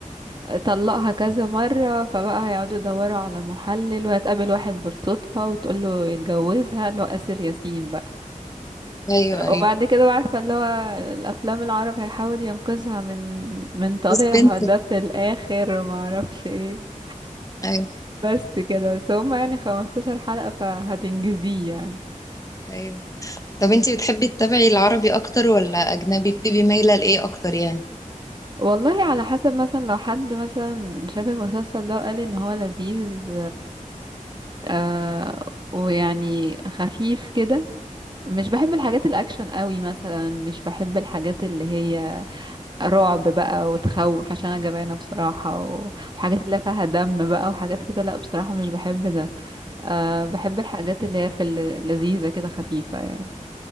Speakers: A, on the right; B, on the left.
A: وطلقها كذا مرة فبقى هيقعدوا يدوروا على محلل وهتقابل واحد بالصدفة وتقول له يتجوزها اللي هو آسر ياسين بقى
B: ايوه ايوه
A: وبعد كده بقى عارفة اللي هو الأفلام العرب هيحاول ينقذها من من طليقها
B: سسبنس
A: ده في الآخر ومعرفش ايه
B: ايوه
A: بس كده بس هما يعني 15 حلقة فهتنجزيه يعني
B: ايوه طب انتي بتحبي تتابعي العربي اكتر ولا اجنبي؟ بتبقي مايلة لايه اكتر يعني؟
A: والله على حسب مثلا لو حد مثلا شاف المسلسل ده وقال ان هو لذيذ آه ويعني خفيف كده مش بحب الحاجات الاكشن قوي مثلا مش بحب الحاجات اللي هي رعب بقى وتخوف عشان انا جبانه بصراحه و- وحاجات اللي فيها دم بقى وحاجات كده لا بصراحه مش بحب ده آه بحب الحاجات اللي هي في اللذيذه كده خفيفه يعني